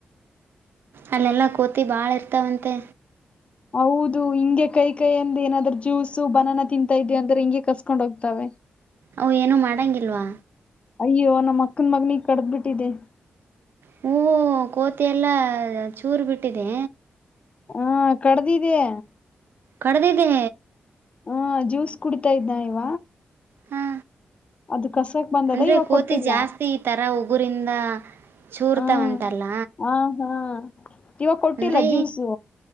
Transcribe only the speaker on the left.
ಹೌದು ಹಿಂಗೆ ಕೈ ಕೈಯಂದ ಏನಾದ್ರೂ ಜ್ಯೂಸ್ ಬನನ ತಿಂತಾ ಇದದೆ ಅಂದ್ರೆ ಹಿಂಗೆ ಕಸ್ಕೊಂಡ್ ಹೋಗ್ತಾವ
ಅಯ್ಯೋ ನಮ್ಮ ಮಕ್ಕನ್ ಮಗನಗ ಕಡದ್ ಬಿಟ್ಟಿದೆೆ
ಹಾ ಕಡ್ದಿದೆೆ
ಹಾ ಜ್ಯೂಸ್ ಕುಡ್ತಾ ಇದ ಇವ
ಅದು ಕಸಕ್ ಬಂದದ
ಇವಾಗ
ಕೊಟ್ಟಿಲ್ಲ
ಹ್ಮ್ ಹ ಹಾ ಇವಾಗ ಕೊಟ್ಟಿಲ್ಲ
ಜ್ಯೂಸು